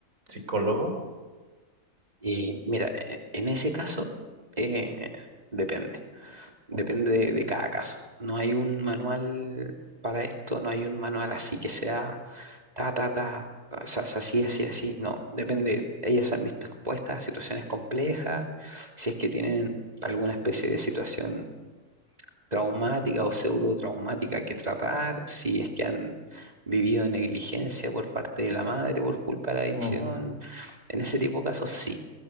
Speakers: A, on the right (about 80°); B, on the right (about 30°).
A: psicólogo.
B: Y mira, eh, en ese caso, eh, depende. Depende
A: Ujú,
B: de, de cada caso. No hay un manual para esto, no hay un manual así que sea ta, ta, ta, o sea, es así, así, así. No, depende. Ellas se han visto expuestas a situaciones complejas, si es que tienen alguna especie de situación traumática o pseudo traumática que tratar, si es que han vivido negligencia por parte de la madre por culpa de la adicción.
A: ujú,
B: En ese tipo de casos sí,